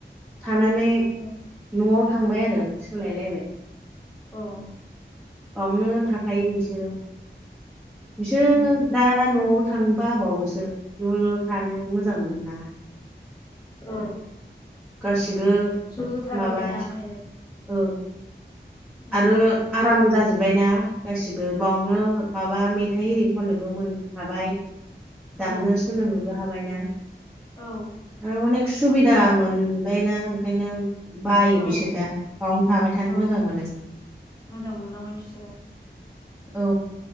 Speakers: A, in the centre; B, on the left.
A: थानानै
B: औ
A: नआव थांबाय आरो सोलायलायबाय
B: औ
A: बावनो थाखायो बिसोरो बिसोर
B: उम
A: दा नआव थां बाबावोसो ज ज‌ थानो मोजां मोनो ना
B: औ
A: गासि बो
B: ज' ज' थादावबायना
A: माबा
B: ओंखायनो
A: ओ
B: उम
A: आरो आराम जाजोब्बायना गासिबो बावनो माबा मेथाइ एरि खननोबो मोनहाबाय
B: औ
A: दामनो सोलोङो बो हाबायना
B: औ
A: अनेक सुबिदा मोनबायना ओंखायनो बायो
B: औ
A: बिसोर दा बावनो थाबाय थानो
B: औ
A: मोजां मोनो
B: मोजां मोनलांबाय बिसोरो
A: औ